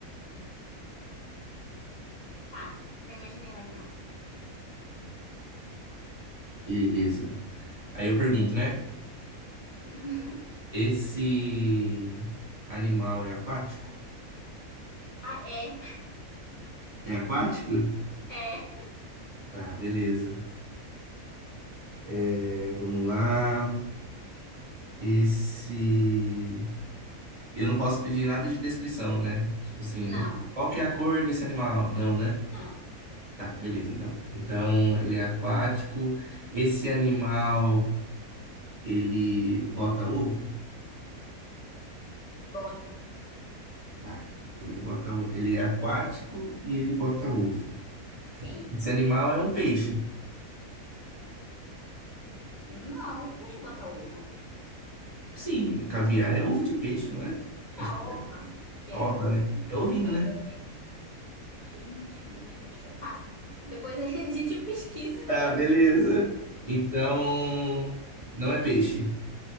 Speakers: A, on the left; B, on the right.
A: Tá, já imaginei um animal.
B: Beleza. Aí eu pergunto, né?
A: Uhum.
B: Esse animal é aquático?
A: Ah, é,
B: É aquático?
A: é.
B: Tá, beleza. É, vamos lá. Esse. Eu não posso pedir nada de descrição, né? Tipo assim,
A: Não,
B: qual que é a cor desse animal? Não, né?
A: não.
B: Tá, beleza, então. Então, ele é aquático. Esse animal, ele bota ovo?
A: Bota.
B: Tá. Então ele bota, o- ele é aquático e ele bota ovo.
A: Sim.
B: Esse animal é um peixe.
A: Não, o peixe bota ovo.
B: Sim, caviar é ovo de peixe, não é? Acho
A: É ova,
B: que é
A: que
B: ova,
A: é o,
B: né? É ovinho,
A: é
B: né?
A: o gameto. Gente, mas acho que é diferente. Tá, depois a <laughs> gente pesquisa.
B: Tá, beleza. Então, não é peixe.